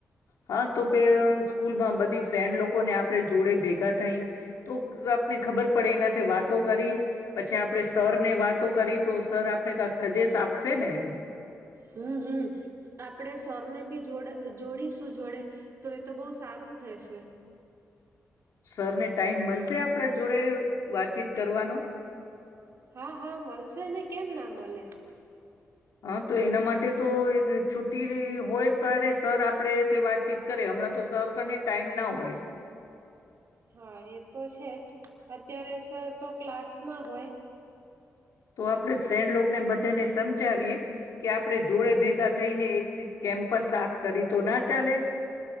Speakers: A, on the left; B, on the right.
A: હા તો પેલ સ્કૂલમાં બધી ફ્રેન્ડ લોકોને આપડે જોડે ભેગા થઈ તો આપને ખબર પડે એનાથી વાતો કરી પછી આપણે સરને વાતો કરી તો સર આપ આપને કક સજેેશ આપશે ને એમ
B: હમ્મ હમ્મ આપડે સરને બી જોડ જોડીશું જોડે તો એ તો બહું સારું થશે.
A: સરને ટાઈમ મળશે આપ આપણા જોડે વાતચીત કરવાનુ
B: હા હા મળશે ને કેમ ના મલે.
A: હા તો એના માટે તો છુ્ટી હોય રેય ત્યારે સર આપણેથી વાતચીત કરે હમણાં તો સર કને ટાઈમ ના હોય
B: હા એ તો છે. અત્યારે સર તો ક્લાસમાં હોય.
A: તો આપણે ફ્રેન્ડ લોકને બધાને સમજાવીએ કે આપણે જોડે ભેગા થઈને કેમ્પસ સાફ કરી તો ના ચાલે.